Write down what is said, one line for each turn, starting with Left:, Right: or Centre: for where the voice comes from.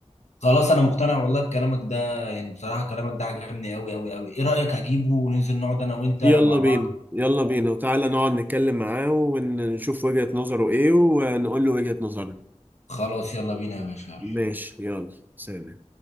Left: خلاص انا مقتنع والله بكلامك ده يعني بصراحه كلامك ده عجبني قوي قوي قوي ايه رايك اجيبه وننزل نقعد انا وانت
Right: يلا
Left: مع
Right: بينا
Left: بعض
Right: يلا بينا وتعالى نقعد نتكلم معاه ونشوف وجهة نظره ايه ونقول له وجهة نظرنا
Left: خلاص يلا بينا يا باشا
Right: ماشي يلا سلام